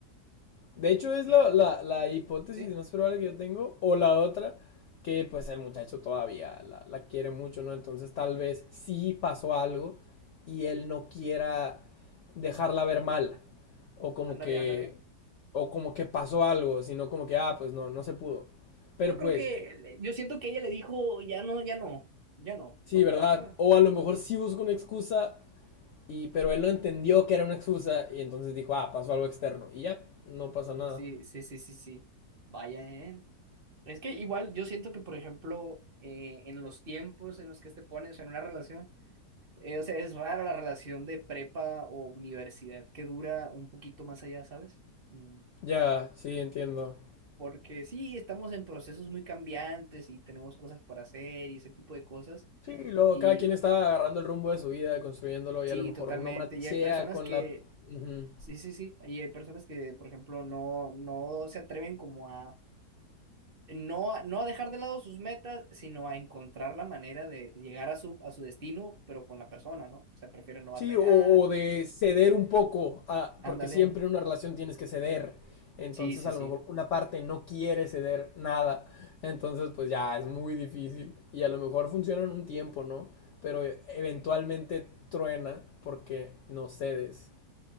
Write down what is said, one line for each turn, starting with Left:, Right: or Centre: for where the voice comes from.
Left: De hecho, es
Right: No.
Left: la, la, la hipótesis
Right: Sí,
Left: más probable que yo tengo. O la otra, que pues el muchacho todavía la, la quiere mucho, ¿no? Entonces tal vez sí pasó algo y él no quiera dejarla ver mal. O como
Right: ándale,
Left: que.
Right: ándale.
Left: O como que pasó algo, sino como que, ah, pues no, no se pudo. Pero
Right: Yo creo
Left: pues,
Right: que, le- yo siento que ella le dijo, ya no, ya no, ya no,
Left: sí,
Right: no more,
Left: ¿verdad?
Right: ¿sabes?
Left: O a lo mejor sí busco una excusa Y, pero él no entendió que era una excusa y entonces dijo, ah, pasó algo externo. Y ya, no pasa nada.
Right: Sí, sí, sí, sí, sí. Vaya, ¿eh? Es que igual yo siento que, por ejemplo, eh, en los tiempos en los que te pones en una relación, eh, o sea, es rara la relación de prepa o universidad que dura un poquito más allá, ¿sabes? Mm,
Left: Ya, sí, entiendo.
Right: Porque sí, estamos en procesos muy cambiantes y tenemos cosas para hacer y ese tipo de cosas.
Left: Sí, luego
Right: Y
Left: cada quien está agarrando el rumbo de su vida, construyéndolo y
Right: sí,
Left: a lo mejor
Right: totalmente.
Left: no machea
Right: Y hay personas
Left: con
Right: que
Left: la... Ujú.
Right: Sí, sí, sí. Y hay personas que, por ejemplo, no, no se atreven como a no, a- no a dejar de lado sus metas, sino a encontrar la manera de llegar a su, a su destino, pero con la persona, ¿no? O sea, prefieren no batallar.
Left: Sí, o, o de ceder un poco, a-
Right: Ándale.
Left: porque siempre en una relación tienes que ceder. Entonces
Right: Sí, sí,
Left: a
Right: sí.
Left: lo mejor una parte no quiere ceder nada. Entonces pues ya es muy difícil. Y a lo mejor funcionan un tiempo, ¿no? Pero eh, eventualmente truena porque no cedes.